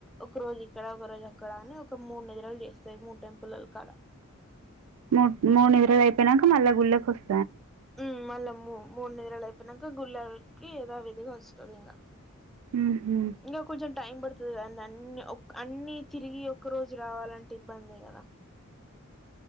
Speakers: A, in the centre; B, on the right.
A: ఒక రోజు ఇక్కడ ఒక రోజు అక్కడ అని ఒక మూడు నిద్రలు చేస్తాయి మూడు టెం పుల్లల్ కాడ
B: మూడు మూడు నిద్రలు అయిపోయినాక మళ్ళా గుళ్ళోకొస్
A: మ్ మళ్ళా మూ మూడు నిదరలు అయిపోయినాక గుళ్ళకి యాధావిధిగా వస్తుంది ఇంకా
B: హుహు.
A: ఇంకా కొంచెం టైం పడుతుంది కదా అన్ని అన్ని తిరిగి ఒక్క రోజు రావాలంటే ఇబ్బంది కదా